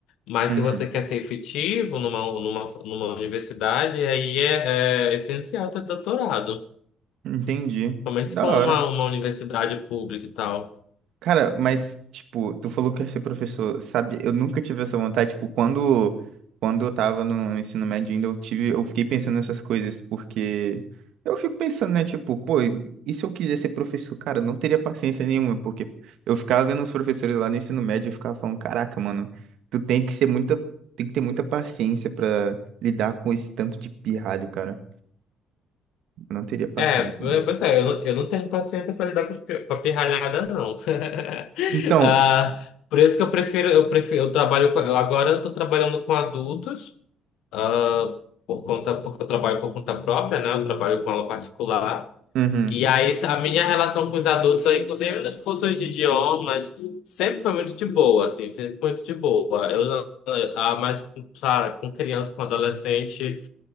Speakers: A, on the left (about 80°); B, on the right (about 75°).
A: Mas
B: Uhum.
A: se você quer ser efetivo numa, numa, numa universidade, aí é, é essencial ter doutorado.
B: Entendi.
A: Principalmente
B: Da
A: se for
B: hora.
A: uma, uma universidade pública e tal.
B: Cara, mas, tipo, tu falou que ia ser professor, sabe? Eu nunca tive essa vontade, tipo, quando, quando eu tava no, no ensino médio ainda, eu tive, eu fiquei pensando nessas coisas, porque eu fico pensando, né, tipo, pô, e se eu quiser ser professor, cara, eu não teria paciência nenhuma, porque eu ficava vendo os professores lá no ensino médio e ficava falando, caraca, mano, tu tem que ser muita, tem que ter muita paciência pra lidar com esse tanto de pirralho, cara. Eu não teria paciência.
A: É, é,
B: né?
A: pois é, eu não, eu não tenho paciência para lidar com, os pi- com a pirralhada, não. <laughs>
B: Então,
A: Ah, por isso que eu prefiro, eu prefiro, eu trabalho, com- eu agora eu tô trabalhando com adultos. ah, por conta, porque eu trabalho por conta própria, né? Eu trabalho com aula particular.
B: uhum.
A: E aí, a minha relação com os adultos, inclusive nas cursos de idiomas, sempre foi muito de boa, assim, sempre muito de boa. Eu, não- ah, mas, cara, com criança, com adolescente,